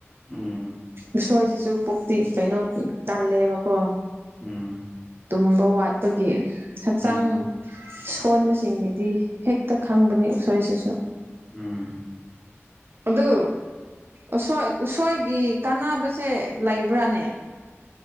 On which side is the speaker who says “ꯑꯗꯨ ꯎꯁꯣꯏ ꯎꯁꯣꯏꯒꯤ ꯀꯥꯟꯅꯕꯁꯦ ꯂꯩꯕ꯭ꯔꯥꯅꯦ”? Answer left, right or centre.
Right